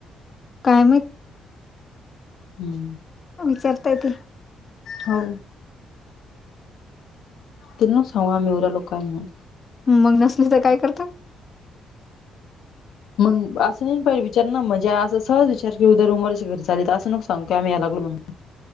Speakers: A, on the left (about 40°); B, on the left (about 75°).
A: काय‌ माहित?
B: हम्म.
A: विचारताय ते
B: हो. तिला नको सांगू आम्ही एवऱ्हे लोकं हाय म्हणून.
A: मग नसली तर काय करतं?
B: मग अस तिन पाय विचार ना म्हजे असं सहज विचार की, उद्या रुमवरचे घरी चाललेत, असं नको सांगू की आम्ही याय लागलो म्हणून.